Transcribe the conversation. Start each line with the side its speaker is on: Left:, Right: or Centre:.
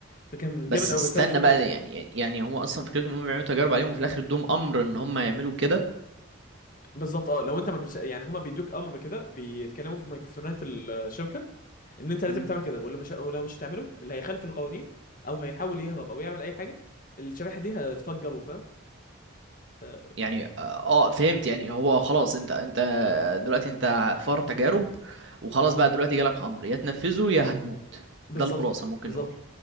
Left: فكان
Right: بس
Left: جامد قوي
Right: استنى
Left: بس انا مش فاكر
Right: بقى يعني يعني هم اصلا فكرتهم انهم بيعملوا تجارب عليهم وفي الاخر ادوهم امر ان هم يعملوا كده
Left: بالظبط اه لو انت ما مش يعني هما بيدوك امر كده بيتكلموا في ميكروفونات الشركه ان انت لازم
Right: امم
Left: تعمل كده واللي مش ولو مش هتعمله اللي هيخالف القوانين او هيحاول يهرب او يعمل اي حاجه الشريحه دي هتفجره فاهم ف-
Right: يعني اه فهمت يعني هو خلاص انت انت دلوقتي انت فار تجارب وخلاص بقى دلوقتي جالك امر يا تنفذه يا هتموت
Left: بالظبط
Right: ده الخلاصة ممكن
Left: بالظبط
Right: نقول